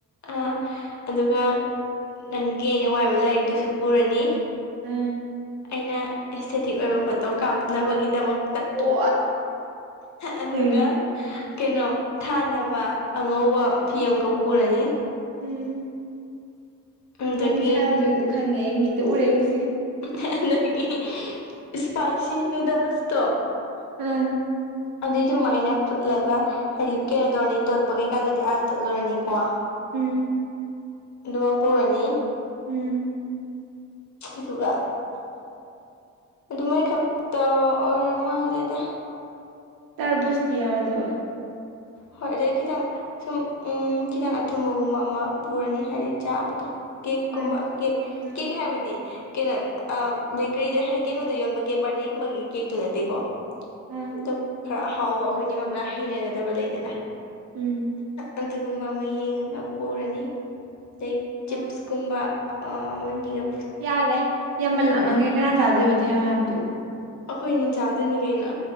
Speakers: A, on the left; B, on the right.
A: ꯑ ꯑꯗꯨꯒ ꯅꯪꯒꯤ ꯑꯩꯅ ꯋꯥꯏꯕ ꯂꯥꯏꯔꯤꯛꯇꯨꯁꯨ ꯄꯨꯔꯅꯤ
B: ꯎꯝ
A: ꯑꯩꯅ ꯑꯦꯁꯊꯦꯇꯤꯛ ꯑꯣꯏꯕ ꯐꯣꯇꯣ ꯀꯥꯞꯅꯕꯒꯤꯗꯃꯛ
B: ꯑꯣ
A: ꯑꯗꯨꯒ
B: ꯎꯝ
A: ꯀꯩꯅꯣ ꯊꯥꯅꯕ ꯑꯉꯧꯕ ꯐꯤ ꯑꯃꯒ ꯎꯔꯅꯤ
B: ꯎꯝ
A: ꯑꯗꯒꯤ
B: ꯅꯪ ꯁꯥꯔꯗꯣꯏꯗꯣ ꯈꯪꯉꯦ ꯑꯩ ꯃꯤꯠꯇ ꯎꯔꯦ ꯍꯧꯖꯤꯛ
A: ꯍꯗꯒꯤ ꯏꯁꯄꯥꯏꯁꯤ ꯅꯨꯗꯜꯁ ꯇꯣ
B: ꯎꯝ
A: ꯑꯗꯨꯏꯗꯨꯃ ꯑꯩꯅ ꯐꯨꯠꯂꯒ ꯍꯥꯏꯗꯤ ꯀꯩꯅꯣ ꯇꯧꯔꯅꯤ ꯇꯣꯠꯄ ꯀꯩꯀꯥꯗꯨꯗꯤ ꯑꯥꯗ ꯇꯣꯠꯂꯨꯔꯅꯤꯀꯣ
B: ꯎꯝ
A: ꯂꯃꯄꯔꯅꯤ
B: ꯎꯝ
A: ꯑꯗꯨꯒ ꯑꯗꯨꯃꯥꯏ ꯈ ꯑꯣꯔ ꯃꯥ ꯂꯩꯗ
B: ꯇꯔ ꯁꯤ ꯌꯥꯋꯥꯗꯕ
A: ꯍꯣꯏ ꯑꯗꯩ ꯈꯤꯇꯪ ꯁꯨꯝ ꯈꯤꯇꯪ ꯑꯊꯨꯝꯕꯒꯨꯝꯕ ꯑꯃ ꯄꯨꯔꯅꯤ ꯍꯥꯏꯗꯤ ꯆꯥꯕꯗꯣ ꯀꯦꯛ
B: ꯍꯣꯏ
A: ꯀꯨꯝꯕ ꯀꯦꯛ
B: ꯑꯥ
A: ꯀꯦꯛ ꯍꯥꯏꯕꯗꯤ ꯀꯩꯅꯣ ꯕꯦꯀꯔꯤꯗ ꯀꯩꯅꯣꯗ ꯌꯣꯟꯕꯒꯤꯦ ꯕꯥꯔꯊꯗꯦꯒꯨꯝꯕꯒꯤ ꯀꯦꯛꯇꯨ ꯅꯠꯇꯦꯀꯣ
B: ꯑꯥ
A: ꯑꯗꯨꯝ ꯈꯔ ꯑꯍꯥꯎꯕ ꯑꯩꯈꯣꯏꯅꯤꯃꯛꯅ ꯍꯩꯅꯒꯗꯕ ꯂꯩꯗꯅ
B: ꯎꯝ
A: ꯑꯗꯨꯒꯨꯝꯕ ꯑꯃ ꯌꯦꯡꯉꯒ ꯄꯨꯔꯅꯤ ꯑꯩ ꯆꯤꯞꯁꯀꯨꯝꯕ
B: ꯑꯣ
A: ꯑꯅꯤꯒ
B: ꯌꯥꯔꯦ ꯌꯥꯝꯃꯜ ꯂꯥꯛꯃꯒꯦ ꯀꯅꯥ ꯆꯥꯗꯣꯏꯕꯗꯤ ꯃꯌꯥꯝꯗꯨ
A: ꯑꯩꯈꯣꯏꯅꯤ ꯆꯥꯗꯣꯏꯅꯤ ꯀꯩꯅꯣ